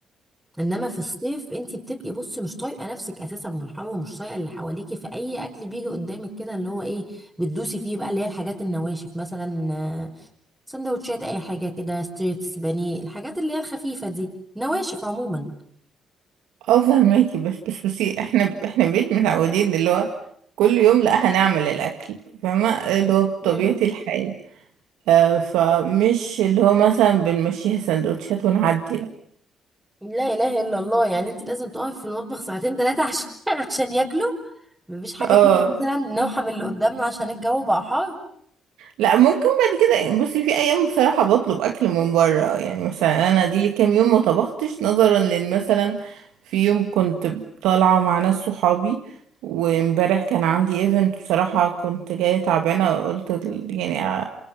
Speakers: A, in the centre; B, on the right.
A: انما في الصيف انت بتبقي بصي مش طايقه نفسك اساسا من الحر ومش طايقه اللي حواليكي فاي اكل بيجي قدامك كده اللي هو ايه بتدوسي فيه بقى اللي هي الحاجات النواشف مثلا آه، سندوتشات اي حاجه كده ستريبس بانيه الحاجات اللي هي الخفيفه دي نواشف عموما
B: اه فهماكي بس بس بصي احنا احنا بيت متعودين اللي هو كل يوم لا هنعمل الاكل فما اللي هو بطبيعة
A: مم.
B: الحال آه فمش اللي هو مثلا بنمشيها سندوتشات ونعدي لا
A: لا اله الا الله يعني انت لازم تقفي في المطبخ ساعتين ثلاثه عشان <laughs> عشان ياكلوا مفيش حاجه
B: اه
A: كده مثلا نوحة من اللي قدامنا عشان الجو بقى حار
B: لا ممكن بعد كده بصي في ايام بصراحه بطلب اكل من بره يعني مثلا انا دي لي كام يوم ما طبختش نظرا لان مثلا في يوم كنت طالعه مع ناس صحابي وامبارح كان عندي ايفنت بصراحه كنت جايه تعبانه قلت ال- يعني أ-